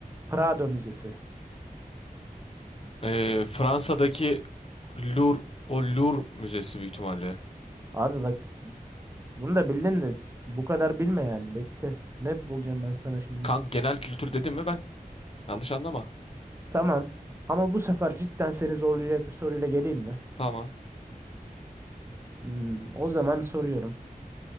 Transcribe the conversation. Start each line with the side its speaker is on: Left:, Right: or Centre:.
Right: Prado Müzesi.
Left: Ee, Fransa'daki Louvre, o Louvre Müzesi büyük ihtimalle.
Right: Abi bak bunu da bildin de bu kadar bilme yani bekle. Ne bulacağım ben sana şimdi?
Left: Kanka genel kültür dedim mi ben? Yanlış anlama.
Right: Tamam ama bu sefer cidden seni zorlayacak bir soruyla geleyim mi?
Left: Tamam.
Right: Hmm, o zaman soruyorum.